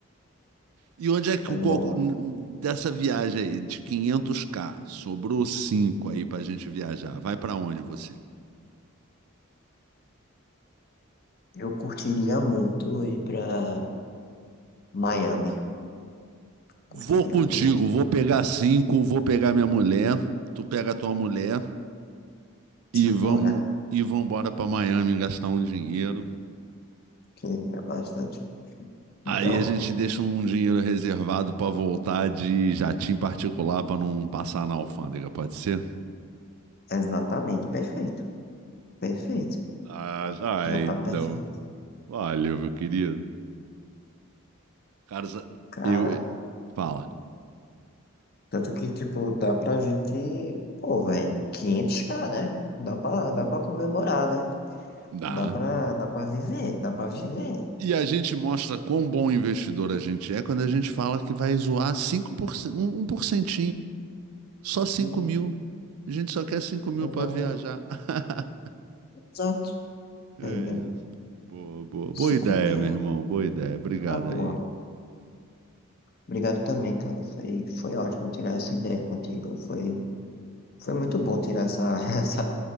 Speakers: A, on the right (about 80°); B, on the left (about 45°).
A: E onde é que
B: É
A: o coco,
B: bom.
A: dessa viagem aí, de quinhentos k sobrou 5 aí pra gente viajar, vai para onde você?
B: Eu curtiria muito ir pra Miami.
A: Vou
B: Curtiria
A: contigo,
B: muito.
A: vou pegar cinco, vou pegar minha mulher, tu pega a tua mulher
B: Simbora.
A: e vamos e vamos embora para Miami gastar um dinheiro.
B: Queria bastante. Então,
A: Aí a gente deixa um dinheiro reservado para voltar de jatinho particular para não passar na alfândega, pode ser?
B: exatamente. Perfeito. Perfeito.
A: Ah, já
B: Já
A: é,
B: tá
A: então.
B: perfeito.
A: Valeu, meu querido. Cara, sa-
B: Cara,
A: eu eu- fala.
B: tanto que, tipo, dá pra gente. Pô, velho, 500k, né? Dá pra, dá pra comemorar, né?
A: Dá.
B: Dá pra, dá pra viver. Dá pra viver.
A: E a gente mostra quão bom investidor a gente é quando a gente fala que vai zoar cinco por cento, um por 1%. Só cinco
B: Sim.
A: mil. A gente só quer cinco mil
B: Exato.
A: para viajar. <laughs>
B: Exato.
A: É
B: Tá ligado?
A: isso. Boa, boa. Boa
B: 5
A: ideia,
B: mil
A: meu irmão. Boa ideia. Obrigado
B: é uma boa.
A: aí.
B: Obrigado também, cara. Foi, foi ótimo tirar essa ideia contigo. Foi, foi muito bom tirar essa, <laughs> essa,